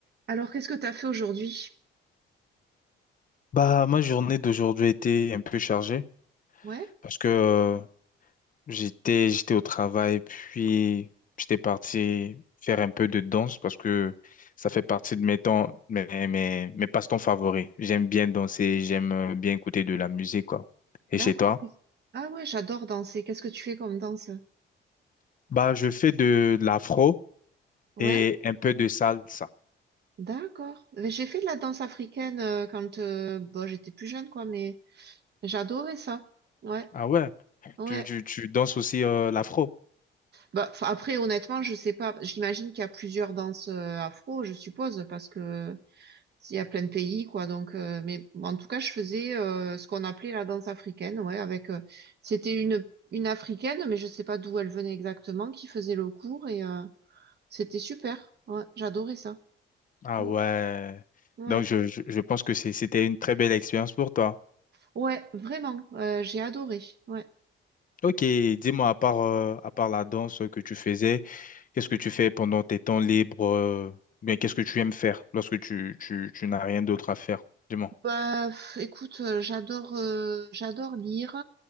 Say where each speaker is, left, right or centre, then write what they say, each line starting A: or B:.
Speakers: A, on the right; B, on the left.
A: Alors, qu'est-ce que tu as fait aujourd'hui?
B: Bah, ma journée d'aujourd'hui a été un peu chargée
A: Ouais,
B: parce que euh, j'étais j'étais au travail, puis j'étais parti faire un peu de danse parce que ça fait partie de mes temps, mes, mes, mes passe-temps favoris. J'aime bien danser, j'aime euh, bien écouter de la musique, quoi. Et
A: d'accord.
B: chez toi?
A: qu'est-ce- Ah ouais, j'adore danser. Qu'est-ce que tu fais comme danse?
B: Bah, je fais de, de l'afro
A: Ouais,
B: et un peu de salsa.
A: d'accord. Mais J'ai fait de la danse africaine euh, quand euh, bon, j'étais plus jeune, quoi, mais j'adorais ça. Ouais,
B: Ah ouais,
A: ouais.
B: tu, tu, tu danses aussi euh, l'afro?
A: Bah, 'fin, après, honnêtement, je sais pas. J'imagine qu'il y a plusieurs danses euh, afro, je suppose, parce que il y a plein de pays, quoi. Donc, euh, mais en tout cas, je faisais euh, ce qu'on appelait la danse africaine, ouais, avec euh, c'était une une africaine, mais je sais pas d'où elle venait exactement, qui faisait le cours et euh, C'était super. Ouais, j'adorais ça.
B: Ah
A: Mm.
B: ouais.
A: Ouais.
B: Donc, je, je, je pense que c'est- c'était une très belle expérience pour toi.
A: Ouais, vraiment. euh, j'ai adoré. Ouais.
B: Ok,
A: C'était-
B: dis-moi, à part, euh, à part la danse que tu faisais, qu'est-ce que tu fais pendant tes temps libres, euh, ou bien qu'est-ce que tu aimes faire lorsque tu, tu, tu n'as rien d'autre à faire? Dis-moi.
A: Bah, pff, écoute, euh, j'adore euh, j'adore lire.